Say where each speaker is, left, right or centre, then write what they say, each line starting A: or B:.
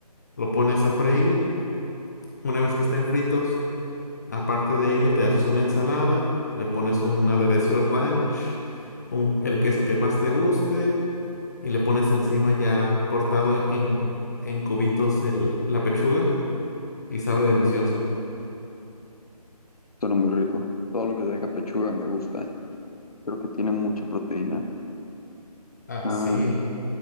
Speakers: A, on the left; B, on the left.
A: Lo pones a freír. Una vez que estén fritos, aparte de ello, te haces una ensalada, le pones un aderezo ranch, un, el queso que más te guste y le pones encima ya cortado en, en- en cubitos el- la pechuga y sabe delicioso.
B: Suena muy rico. Todo lo que tenga pechuga me gusta. Creo que tiene mucha proteína.
A: Ah,
B: Ah,
A: sí.